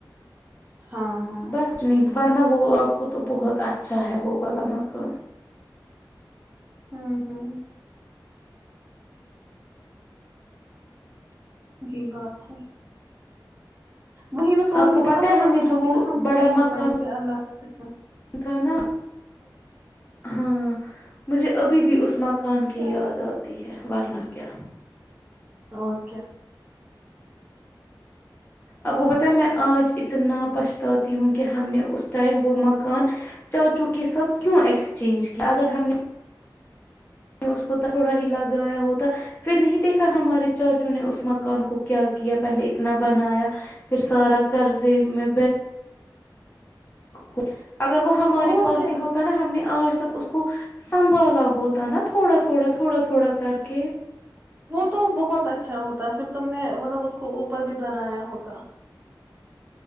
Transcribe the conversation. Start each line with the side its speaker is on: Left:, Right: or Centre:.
Right: ہاں ہاں
Left: بس نہیں ورنہ وہ آپ کو تو بہت اچھا ہے وہ والا مکان
Right: ہوں ہوں صحی بات ہے وہیں میں بول
Left: آپ
Right: رہی
Left: کو پتہ
Right: ہوں نا
Left: ہے
Right: مطلب
Left: ہمیں
Right: اگر
Left: جو
Right: ہوتی
Left: وہ
Right: نا ہم
Left: بڑا
Right: ہم کو
Left: مکان
Right: پیسے اللہ کے کسم
Left: تھا نا
Right: اچ
Left: ہاں مجھے ابھی بھی اس مقت کون
Right: کیا
Left: کی یاد
Right: کریں
Left: آتی ہے ورنہ کیا
Right: اوکے
Left: آپ کو پت ہے میں آج اتنا پچھتاتی ہوں کہ ہم نے اس ٹائم وہ مکان چاچو کے ساتھ کیوں ایکسچینج کیا اگر ہم نے میں نے اس کو تھوڑا ہی لگایا ہوتا پھر نہیں دیکھا ہمارے چاچو نے اس مکان کو کیا کیا پہلے اتنا بنایا پھر سارا قرضے میں کو اگر وہ ہمارے
Right: اور
Left: پاس
Right: کیا
Left: ہی ہوتا نا ہم نے آج ت اس کو سنبھالا ہوتا نا تھوڑا تھوڑا تھوڑا تھوڑا کر کے
Right: وہ تو بہت اچھا ہوتا پھر تم نے مطلب اس کو اوپر بھی بنایا ہوتا